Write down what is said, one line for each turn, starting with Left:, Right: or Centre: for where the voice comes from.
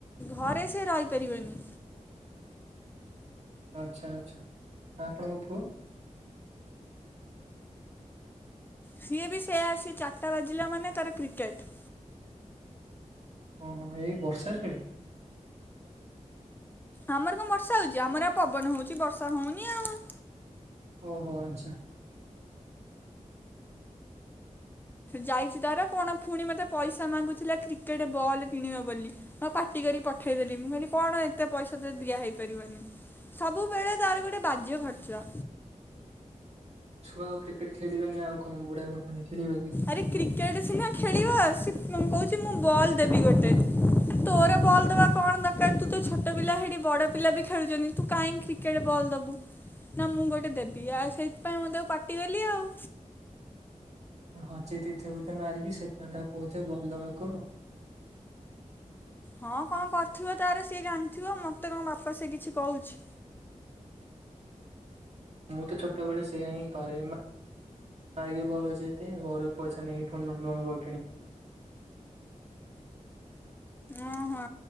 Left: ଘରେ ସେ ରହିପାରିବନି
Right: ଆଛା ଆଛା ଆପଣଙ୍କ ପୁଅ
Left: ସିଏ ବି ସେୟା ଆସି ଚାରିଟା ବାଜିଲା ମାନେ ତାର କ୍ରିକେଟ
Right: ଓହୋ ଏଇ ବର୍ଷାରେରେ ବି
Left: ଆମର କଣ ବର୍ଷା ହଉଛି ଆମର ଆ ପବନ ହଉଛି ବର୍ଷା ହଉନି ଆଉ।
Right: ଓହୋ ଆଛା
Left: ଯାଇଛି ତାର କଣ ପୁଣି ମତେ ପଇସା ମାଗୁଥିଲା କ୍ରିକେଟ ବଲ୍ କିଣିବ ବୋଲି ପାଟି କରି ପଠେଇଦେଲି ମୁଁ କହିଲି କଣ ଏତେ ପଇସା ତ ଦିଆହେଇ ପାରିବନି ସବୁବେଳେ ତାର ଗୋଟେ ବାଜ୍ୟ ଖର୍ଚ୍ଚ
Right: ଛୁଆ ଆଉ କ୍ରିକେଟ ଖେଳିବନି ଆଉ କଣ ବୁଢା ବୁଢୀ ମାନେ ଖେଳିବେ କି?
Left: ଆରେ କ୍ରିକେଟ ସିନା ଖେଳିବ ମୁଁ କହୁଛି ମୁଁ ବଲ ଦେବି ଗୋଟେ ତୋର ବଲ୍ ଦବା କଣ ଦରକାର ତୁ ତ ଛୋଟ ପିଲା ହେଠି ବଡ ପିଲା ବି ଖେଳୁଛନ୍ତି ତୁ କାହିଁକି କ୍ରିକେଟରେ ବଲ ଦବୁ ନା ମୁଁ ଗୋଟେ ଦେବି ଆଉ ସେଇଥିପାଇଁ ମୁଁ ତାକୁ ପାଟି କଲି ଆଉ
Right: ହଜେଇ ଦେଇଥିବ ବଧେ ମାରିକି ସେଥିପାଇଁ ତା କହୁଥିବେ ବଲ ଦେବାକୁ
Left: ହଁ କଣ କରିଥିବ ତାର ସିଏ ଜାଣିଥିବ ମତେ କଣ ବାପା ସେ କିଛି କହୁଛି।
Right: ମୁଁ ତ ଛୋଟବେଳେ ସେଇୟା ହିଁ କରେର ଯ ଘର ପଇସା ନେଇକି ପୁ ନୂଆ କିଣ
Left: ଓହୋ